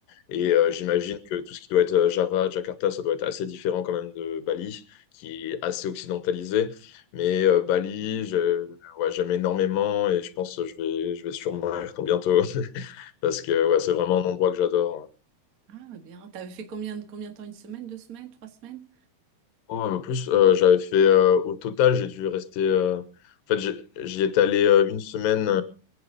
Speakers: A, on the left; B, on the right.
A: Et
B: D'accord.
A: euh, j'imagine que tout ce qui doit être euh, Java, Jakarta, ça doit être assez différent quand même de Bali, qui est assez occidentalisé. Mais euh, Bali, je- ouais, j'aime énormément et je pense que je vais, je vais sûrement y retourner bientôt. <laughs> Parce que ouais, c'est vraiment un endroit que j'adore.
B: Ah, bien. T'avais fait combien, combien de temps? Une semaine, deux semaines, trois semaines?
A: Oh, en plus, euh, j'avais fait, euh, au total, j'ai dû rester... euh, En fait, j'ai- j'y étais allé euh, une semaine...